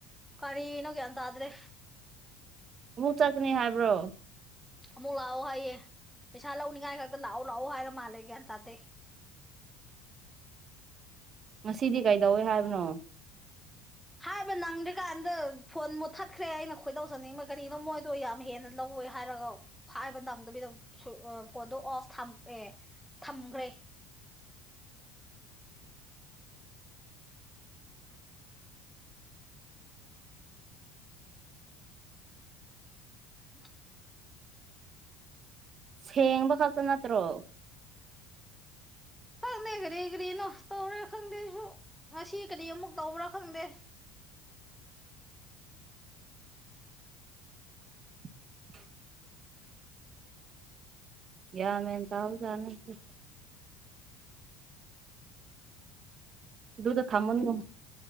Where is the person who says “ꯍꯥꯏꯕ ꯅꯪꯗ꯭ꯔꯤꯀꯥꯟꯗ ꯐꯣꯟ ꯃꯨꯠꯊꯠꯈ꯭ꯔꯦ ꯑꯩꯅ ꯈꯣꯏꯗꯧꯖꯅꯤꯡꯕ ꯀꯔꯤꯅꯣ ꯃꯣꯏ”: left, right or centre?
Centre